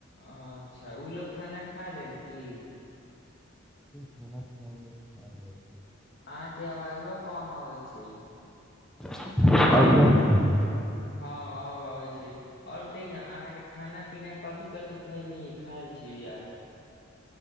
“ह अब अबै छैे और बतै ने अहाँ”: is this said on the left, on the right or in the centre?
Left